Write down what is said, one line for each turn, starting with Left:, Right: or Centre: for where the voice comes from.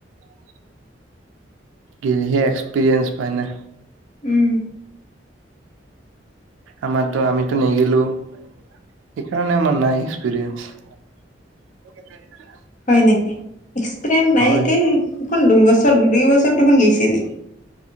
Right: <unintelligible> গেলিহে এক্সপিৰিয়েঞ্চ পায় না।
Left: উম।
Right: আমাৰতো, আমিতো নেগিলো সেইকাৰণে আমাৰ নাই এক্সপিৰিয়েঞ্চ। <unintelligible>
Left: হয় নেকি? এক্সপিৰিয়েঞ্চ নাই
Right: হয়
Left: এতিয়া দেখোন দুইবছৰ দুইবছৰ দেখোন গেছিলি।